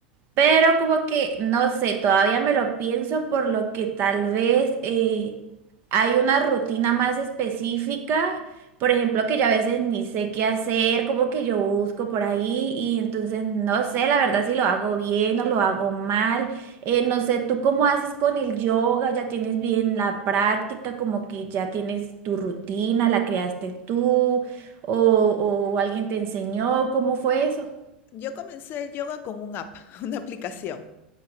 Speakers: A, on the right; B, on the left.
A: pero como que, no sé, todavía me lo pienso por lo que tal vez eh, hay una rutina más específica, por ejemplo, que yo a veces ni sé qué hacer, como que yo busco por ahí y entonces no sé, la verdad, si lo hago bien o lo hago mal. Eh, no sé, ¿tú cómo haces con el yoga? ¿Ya tienes bien la práctica? Como que ya tienes tu rutina, la creaste tú o, o alguien te enseñó, ¿cómo fue eso?
B: Yo comencé el yoga con un app, <laughs> una aplicación.